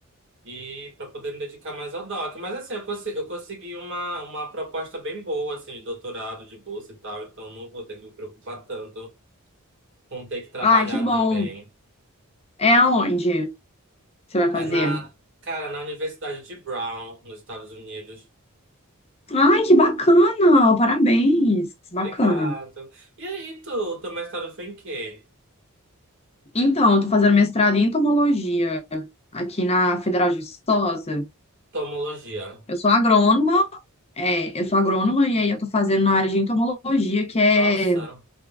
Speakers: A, on the right; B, on the left.
A: E para poder me dedicar mais ao doc. Mas assim, eu consegui, eu consegui uma, uma proposta bem boa, assim, de doutorado, de bolsa e tal, então não vou ter que me preocupar tanto com ter que trabalhar
B: Ai, que bom.
A: também.
B: É aonde você vai fazer?
A: É na, cara, na Universidade de Brown, nos Estados Unidos.
B: Ai, que bacana! Parabéns! Bacana.
A: Obrigado. E aí, tu, o teu mestrado foi em quê?
B: Então, eu tô fazendo mestrado em entomologia aqui na Federal de Viçosa.
A: Tomologia.
B: Eu sou agrônoma, É, eu sou agrônoma e aí eu tô fazendo na área de entomologia, que é
A: Nossa,